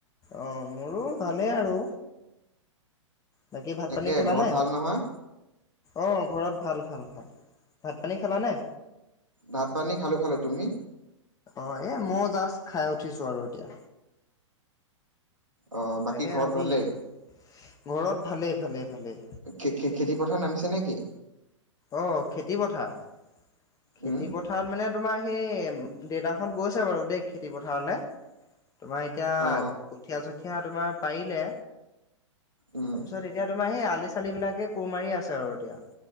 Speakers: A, on the left; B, on the right.
A: অ মোৰো ভালেই আৰু। বাকী ভাত
B: তাকে
A: পানী খালানে?
B: ঘৰত ভাল নহয়
A: অ ঘৰত ভাল ভাল ভাল। ভাত পানী খালানে?
B: ভাত পানী খালোঁ খালোঁ। তুমি?
A: অ এ মই জাষ্ট খাই উঠিছো আৰু এতিয়া।
B: অ বাকী
A: তাকে
B: ঘৰত
A: আজি
B: ভালেই
A: ঘৰত ভালেই ভালে ভালে।
B: খে-খে-খেতি পথাৰ নামিছে নেকি?
A: অ খেতি পথাৰ খেতি
B: উম
A: প পথাৰত মানে তোমাৰ সেই দেউতাহঁত গৈছে বাৰু দেই খেতি পথাৰলৈ, তোমাৰ এতিয়া
B: অ অ
A: কঠীয়া-চঠীয়া তোমাৰ পাৰিলে,
B: উম
A: তাৰপিছত এতিয়া তোমাৰ সেই আলি চালিবিলাকে কোৰ মাৰি আছে আৰু এতিয়া।